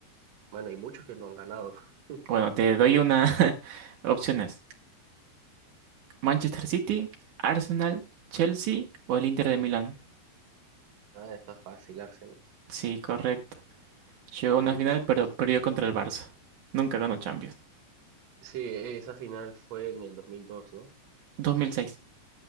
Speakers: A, on the right; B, on the right.
A: Bueno, hay muchos que no han ganado. <laughs>
B: Bueno, te doy una <laughs> opciones. Manchester City, Arsenal, Chelsea o el Inter de Milán.
A: Ah, está fácil, Arsenal.
B: Sí, correcto. Llegó a una
A: <laughs>
B: final, pero perdió contra el Barça. Nunca ganó Champions.
A: Sí, esa final fue en el 2002, ¿no?
B: Dos mil seis.